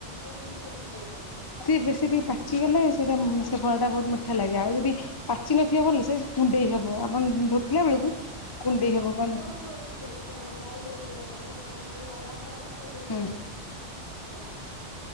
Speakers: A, on the left; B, on the left.
A: ନା ଜୁସ୍ କରିକି ପିଅନ୍ତି?
B: ସିଏ ବେଶୀ ଟିକେ ପାଚି ଗଲେ ସେଇଟା ସେ ଫଳ ଟା ବହୁତ୍ ମିଠା ଲାଗେ ଆଉ ଯଦି ପାଚି ନଥିବ ଭଲ ସେ କୁଣ୍ଡେଇ ହବ
A: ଆଜ୍ଞା
B: ଆପଣ ଢୋକିଲା ବେଳକୁ କୁଣ୍ଡେଇ
A: ଆଜ୍ଞା
B: ହବ, କଣ୍
A: ହଁ ହଁ ସେ ଗଳି ଆମର ତଣ୍ଟି ଗଳା ଟା କୁଣ୍ଡେଇ
B: ହୁଁ
A: ହୁଏ। ହୁଁ।